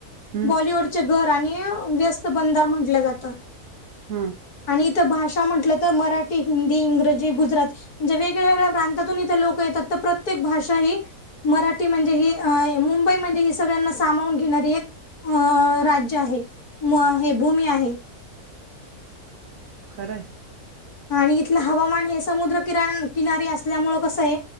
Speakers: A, on the right (about 60°); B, on the left (about 80°).
A: हम्म
B: बॉलिवूडचे घर आणि व्यस्त बधार म्हटलं जातं.
A: हा
B: आणि इथं भाषा म्हटलं तर मराठी, हिंदी, इंग्रजी, गुजराती म्हणजे वेगळ्या वेगळ्या प्रांतातून इथे लोक येतात तर प्रत्येक भाषा ह मराठी म्हणजे ही मुंबई म्हणजे ही सगळ्यांना सामावून घेणारी एक अ राज्य आहे म हे भूमी आहे.
A: खरं
B: आणि इथलं हवामान हे समुद्र किरा किनारी असल्यामुळ कसं आहे.